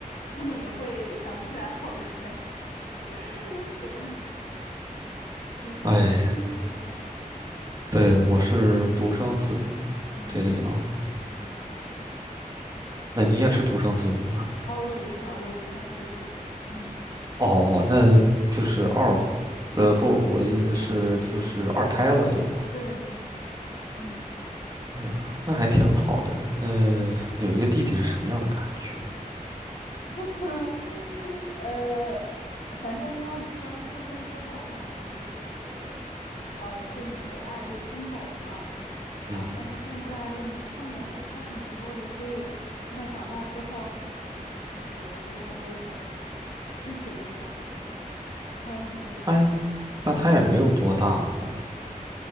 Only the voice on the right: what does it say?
哎，对，我是独生子女，
这个样子。
那你也是独生子女吗？
哦，那就是二婚，呃，不，我的意思是就是二胎了，对吧？
啊，那还挺好的。那有一个弟弟是什么样的感觉？
嗯哼，
哎，那他也没有多大吧？